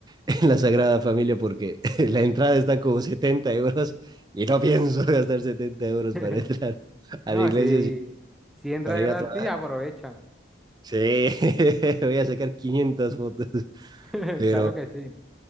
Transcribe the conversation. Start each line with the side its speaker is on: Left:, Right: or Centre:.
Right: <laughs> en la Sagrada Familia porque <laughs> la entrada está como 70 euros y no pienso <laughs> gastar 70 euros
Centre: <laughs>
Right: para entrar a
Centre: No,
Right: la iglesia
Centre: si,
Right: si-
Centre: si entra
Right: para
Centre: gratis,
Right: ir a trabajar.
Centre: aprovecha.
Right: Sí, <laughs> voy a sacar 500 fotos,
Centre: <laughs>
Right: pero
Centre: Claro que sí.